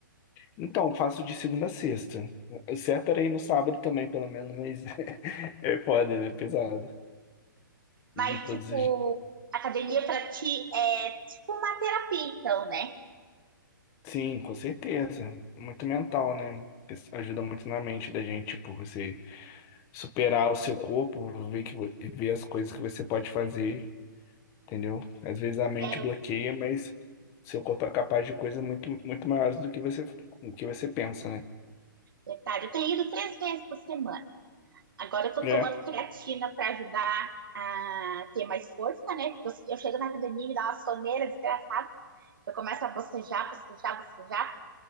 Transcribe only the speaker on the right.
Mas,
tipo,
academia pra ti é tipo uma terapia, então, né?
É
verdade. Eu tenho ido três vezes por semana. Agora eu tô
tomando creatina para ajudar a ter mais força, né? Porque eu, eu chego na academia e me dá uma soneira desgraçada. Eu começo a bocejar, bocejar, bocejar.